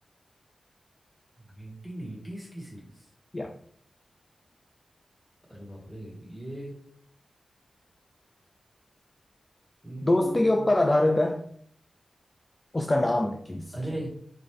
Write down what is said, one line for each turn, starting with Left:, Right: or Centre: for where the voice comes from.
Centre: नाइनटीन एटीज की सीरीज
Left: या
Centre: अरे बाप रे ये हम्म,
Left: दोस्ती के ऊपर आधारित है उसका नाम एटलीस्ट
Centre: अरे